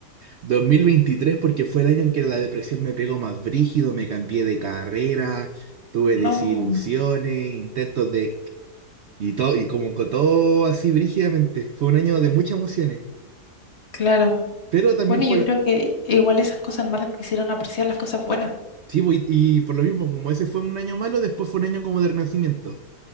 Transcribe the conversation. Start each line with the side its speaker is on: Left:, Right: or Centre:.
Right: 2023 porque fue el año en que la depresión me pegó más brígido, me cambié de carrera, tuve desilusiones,
Left: No,
Right: intentos de... y todo, y como que todo así brígidamente. Fue un año de muchas emociones,
Left: claro.
Right: pero también
Left: Bueno,
Right: fue...
Left: yo
Right: la-
Left: creo que igual esas cosas malas te hicieron apreciar las cosas buenas,
Right: Sí, pues, y, y por lo mismo, como ese fue un año malo, después fue un año como de renacimiento.